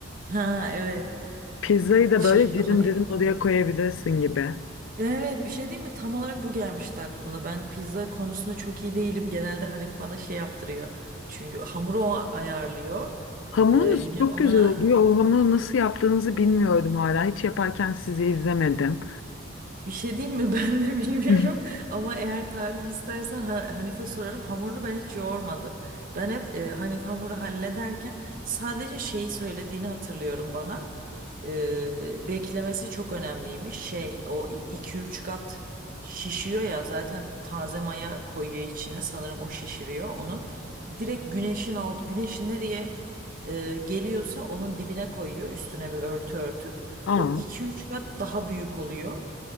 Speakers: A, on the right; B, on the left.
A: Ha evet.
B: Pizzayı da
A: Şey
B: böyle dilim
A: hani
B: dilim oraya koyabilirsin gibi.
A: evet bir şey değil mi? Tam olarak bu gelmişti aklımda. Ben pizza konusunda çok iyi değilim. Genelde Hanif bana şey yaptırıyor. Çünkü hamuru o ayarlıyor.
B: Hamurunuz
A: Ee, yine
B: çok
A: ona
B: güzel oluyor. O hamuru nasıl yaptığınızı bilmiyordum hala. Hiç yaparken sizi izlemedim.
A: Bir şey diyeyim mi? <laughs> Ben de bilmiyorum.
B: <laughs>
A: Ama eğer tarif istersen Ha- Hanife sorarım. Hamurunu ben hiç yoğurmadım. Ben hep e, Hanife hamuru hallederken sadece şeyi söylediğini hatırlıyorum bana. E, beklemesi çok önemliymiş. Şey o iki üç kat şişiyor ya zaten taze maya koyuyor içine. Sanırım o şişiriyor onu. Direkt güneşin alt güneşin nereye e, geliyorsa onun dibine koyuyor. Üstüne bir örtü örtüp.
B: Aa,
A: O iki üç kat daha büyük oluyor